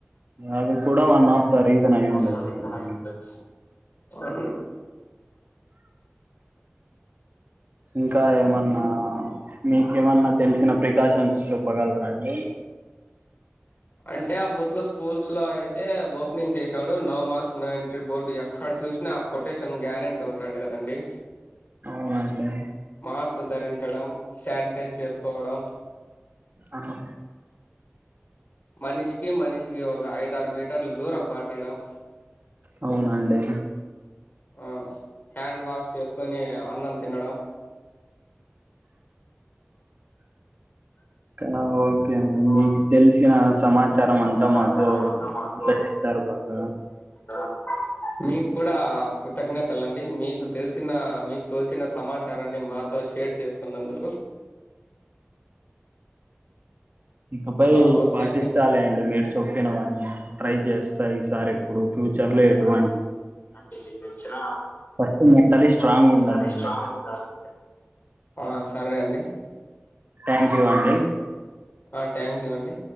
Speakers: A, on the right; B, on the left.
A: అది కూడా వన్ ఆఫ్ ది రీజన్ అయుండవచండి
B: ఒక రీజన్ అయి ఉండొచ్చు అవునండి
A: ఇంకా ఏమన్నా మీకేమన్నా తెలిసిన ప్రికాషన్స్ చూప్పగలరా అండి
B: అంటే ఆ బూట్ లో స్కూల్స్ లో అయితే ఓపెనింగ్ చేసినాడు no mask no entry board అక్కడ చూసినా ఆ కొటేషన్ గ్యారెంటీ ఉంటుండి కదండి
A: అవునండి
B: మాస్క్ ధరించడం శానిటైజ్ చేసుకోవడం
A: ఆహా
B: మనిషికి మనిషికి ఒక ఐదారు మీటర్లు దూరం పాటియడం
A: అవునండి
B: ఆ హ్యాండ్ వాష్ చేసుకొని అన్నం తినడం
A: ఆ ఓకే అండి మీకు
B: ఓకే
A: తెలిసిన సమాచారం
B: నా
A: అంతా
B: సమాచారం
A: మాతో
B: అంతా మాతో
A: చెప్పారు బాగా
B: <inaudible> మీకు కూడా కృతజ్ఞతలండి మీకు తెలిసిన మీకు తోల్చిన సమాచారాన్ని మాతొ బ షేర్ చేసుకున్నందుకు
A: ఇకపై
B: ఆ ఓకే
A: పాటిస్తాలే
B: అండి
A: అండి మేడ్చ <unintelligible> ట్రై చేస్తాయి సార్ ఎప్పుడు ఫ్యూచర్ లో ఎటువ
B: అంటే లేకోచ్చిన
A: first mentally
B: first
A: strong
B: mentally
A: ఉండాలండి
B: స్ట్రాంగ్ ఉండాలి ఆ సరే అండి
A: థ్యాంక్యూ అండి
B: అ ట్యాంక్యూ అండి